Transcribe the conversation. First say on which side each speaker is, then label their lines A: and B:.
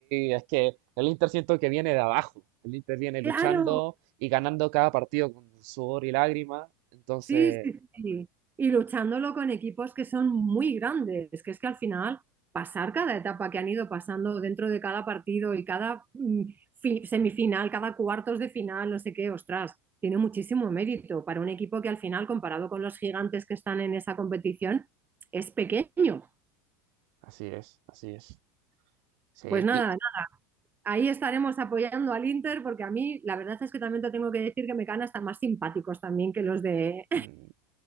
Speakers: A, on the right (about 65°); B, on the right (about 20°).
A: es que el Inter siento que viene de abajo. El Inter viene luchando
B: Claro,
A: y ganando cada partido con sudor y lágrimas. Entonces,
B: Sí, sí, sí. Y luchándolo con equipos que son muy grandes, que es que al final pasar cada etapa que han ido pasando dentro de cada partido y cada mm, fi- semifinal, cada cuartos de final, no sé qué, ostras, tiene muchísimo mérito para un equipo que al final, comparado con los gigantes que están en esa competición, es pequeño.
A: así es, así es. Sí,
B: Pues nada,
A: y
B: nada, ahí estaremos apoyando al Inter porque a mí la verdad es que también te tengo que decir que me caen hasta más simpáticos también que los de
A: mm,